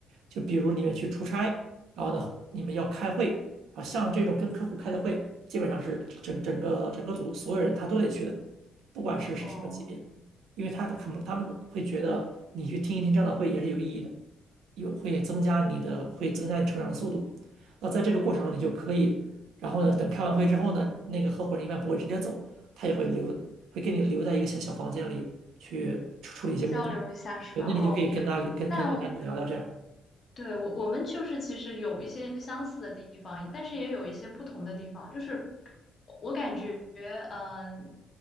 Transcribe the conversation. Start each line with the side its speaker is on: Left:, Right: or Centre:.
Right: 就比如你们去出差，然后呢，你们要开会，啊，像这种跟客户开的会，基本上是整整个整个组所有人他都得去的，不管是是什么级别，
Left: 哦。
Right: 因为他可能他们会觉得你去听一听这样的会也是有意义的，有会增加你的会增加你成长的速度。那在这个过程中，你就可以，然后呢，等开完会之后呢，那个合伙人一般不会直接走，他也会留，会给你留在一个小小房间里去处处理一些工作。
Left: 交流一下是吧？
Right: 对，那你就可以跟他跟跟跟他聊聊这样。
Left: 哦，那我对我我们就是其实有一些相似的地方，但是也有一些不同的地方。就是我我感觉，嗯、